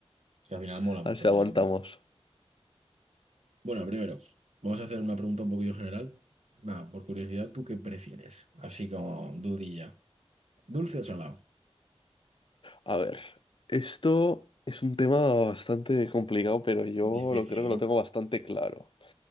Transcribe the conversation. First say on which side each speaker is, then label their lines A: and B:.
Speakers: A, on the right; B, on the left.
A: Que al final mola mucho
B: a ver si
A: hablar
B: aguantamos.
A: de comida. Bueno, primero, vamos a hacer una pregunta un poquillo general. Nada, por curiosidad, ¿tú qué prefieres? Así como dudilla. ¿Dulce o salado?
B: A ver, esto es un tema bastante complicado, pero yo
A: Difícil,
B: lo creo que
A: ¿no?
B: lo tengo bastante claro.